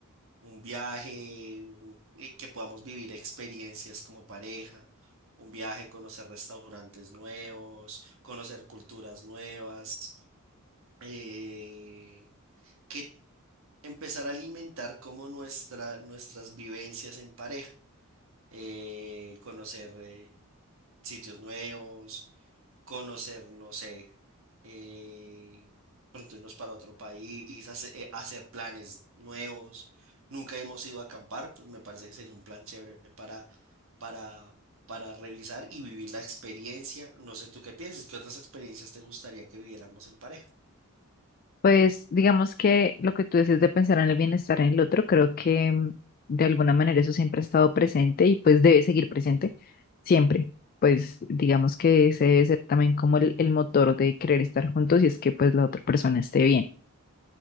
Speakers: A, on the right; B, on the left.
A: Un viaje, un- eh, que podamos vivir experiencias como pareja. Un viaje, conocer restaurantes nuevos, conocer culturas nuevas. eh, que empezar a alimentar como nuestra, nuestras vivencias en pareja, eh, conocer eh, sitios nuevos, conocer, no sé, eh, pronto irnos para otro país, hace- eh, hacer planes nuevos. Nunca hemos ido a acampar, pues me parece que sería un plan chévere para, para, para revisar y vivir la experiencia. No sé tú qué piensas, ¿qué otras experiencias te gustaría que viviéramos en pareja?
B: Pues digamos que lo que tú dices de pensar en el bienestar en el otro, creo que mm, de alguna manera eso siempre ha estado presente y pues debe seguir presente siempre. Pues digamos que ese debe ser también como el, el motor de querer estar juntos y es que pues la otra persona esté bien.